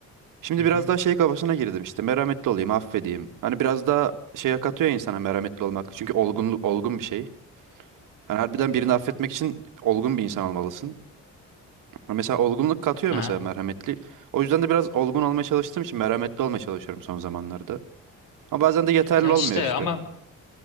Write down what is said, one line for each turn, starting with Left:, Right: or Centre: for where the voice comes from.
Right: Şimdi
Left: Hı hı.
Right: biraz daha şey kafasına girdim işte merhametli olayım, affedeyim. Hani biraz daha şeye katıyor ya insana merhametli olmak. Çünkü olgunluk olgun bir şey. Hani harbiden birini affetmek için olgun bir insan olmalısın. Ama Mesela olgunluk katıyor
Left: Aha.
Right: mesela merhametli. O yüzden de biraz olgun olmaya çalıştığım için merhametli olmaya çalışıyorum son zamanlarda. Ama bazen de yeterli
Left: Ya
Right: olmuyor
Left: işte
Right: işte.
Left: ama